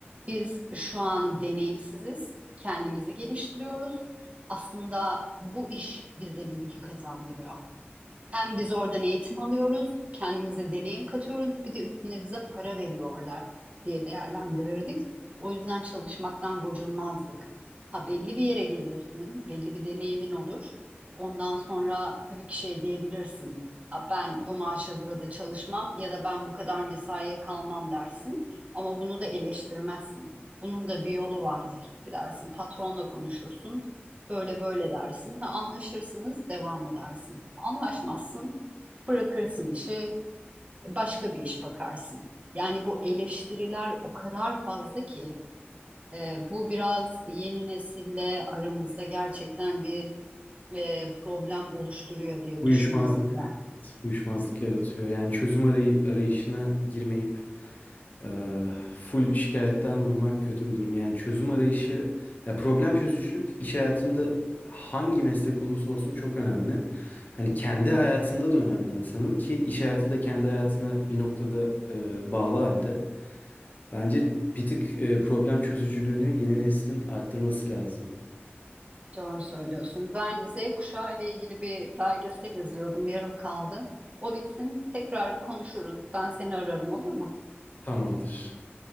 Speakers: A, on the right (about 30°); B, on the left (about 40°).
A: Biz şu an deneyimsiziz, kendimizi geliştiriyoruz. Aslında bu iş bize bilgi kazandırıyor. Hem biz oradan eğitim alıyoruz, kendimize deneyim katıyoruz, bir de üstüne bize para veriyorlar diye değerlendirirdik. O yüzden çalışmaktan gocunmazdık. Ha belli bir yere gelirsin, belli bir deneyimin olur. Ondan sonra tabii ki şey diyebilirsin. Ha, ben bu maaşa burada çalışmam ya da ben bu kadar mesaiye kalmam dersin. Ama bunu da eleştirmezsin. Bunun da bir yolu vardır. Gidersin patronla konuşursun. Böyle böyle dersin. Ha, anlaşırsınız, devam edersin. Anlaşmazsın, bırakırsın işi, başka bir iş bakarsın. Yani bu eleştiriler o kadar fazla ki e, bu biraz yeni nesille aramızda gerçekten bir e, problem oluşturuyor diye
B: Uyuşmazlık,
A: düşünüyorum ben.
B: Evet. uyuşmazlık yaratıyor. Yani çözüm aray- arayışına girmeyip Eee, full şikayetten vurmak kötü bir durum. Yani çözüm arayışı, ya problem çözücülük iş hayatında hangi meslek olursa olsun çok önemli. Hani kendi hayatında da önemli insanın ki iş hayatı da kendi hayatına bir noktada eee, bağlı halde. Bence bir tık eee, problem çözücülüğünü yeni neslin arttırması lazım.
A: Doğru söylüyorsun. Ben Z kuşağı ile ilgili bir belgesel izliyordum, yarım kaldı. O bitsin, tekrar konuşuruz. Ben seni ararım, olur mu?
B: Tamamdır.